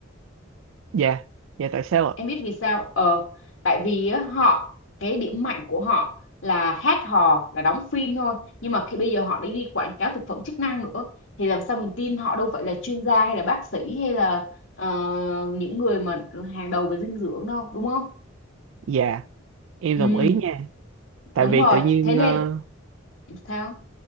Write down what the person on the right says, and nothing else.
dạ dạ tại sao ạ
dạ em
đồng ý nha tại
vì
tự nhiên
ờ,